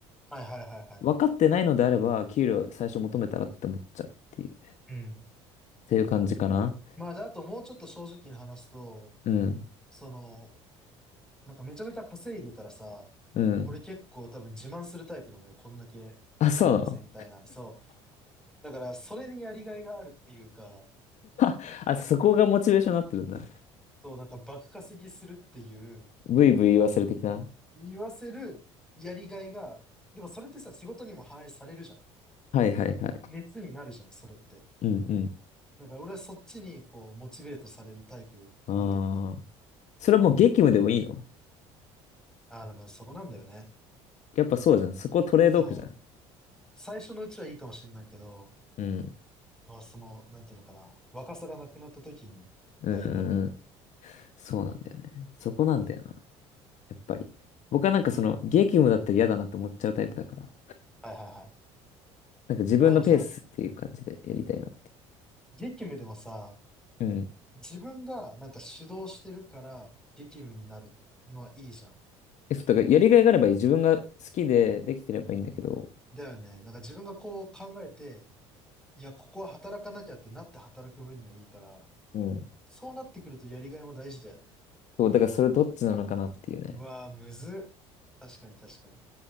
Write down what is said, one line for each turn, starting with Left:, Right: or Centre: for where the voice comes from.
Centre: はいはいはいはい。
Left: 分かってないのであれば給料最初求めたらって思っちゃうっていう。
Centre: うん。
Left: ていう感じかな。
Centre: まあ、じゃあ、あともうちょっと正直に話すと、
Left: うん。
Centre: その、なんかめちゃめちゃ稼いでたらさ、
Left: うん。
Centre: 俺結構多分自慢するタイプなのよ。こんだけ稼いでるぜ、
Left: あ、そうなの
Centre: みたいな。そう。だから、それにやりがいがあるっていうか、
Left: <laughs> あ、そこがモチベーションになってるんだ。
Centre: そう、なんか爆稼ぎするっていう、
Left: ブイブイ言わせる的な。
Centre: 言わせるやりがいが、でもそれってさ、仕事にも反映されるじゃ
Left: はいはいはい。
Centre: ん。ん熱になるじゃん、それって。
Left: うんうん。
Centre: だから俺はそっちにこう、モチベートされるタイプかなって思ってる。
Left: ああ。それはもう激務でもいいの
Centre: ああ、でもそこなんだよね。
Left: やっぱそうじゃん。そこトレードオフじゃん。
Centre: そう。最初のうちはいいかもしれないけど、
Left: うん。
Centre: まあその、なんていうのかな、若さがなくなった時に大変だろうね。
Left: うんうんうん。そうなんだよね。そこなんだよな。やっぱり。僕はなんかその激務だったら嫌だなって思っちゃうタイプだから。
Centre: うん。はいはいはい。
Left: なんか自分のペースっていう感じでやりたいなって。
Centre: まあでもさ、激務でもさ、
Left: うん。
Centre: 自分がなんか主導してるから激務になるのはいいじゃん。
Left: え、そう、だからやりがいがあればいい。自分が好きでできてればいいんだけど。
Centre: だよね。なんか自分がこう考えて、いや、ここは働かなきゃってなって働く分にはいいから、
Left: うん
Centre: そうなってくるとやりがいも大事だよね。
Left: そう、だからそれどっちなのかなっていうね。
Centre: うわぁ、むずっ。確かに確かに。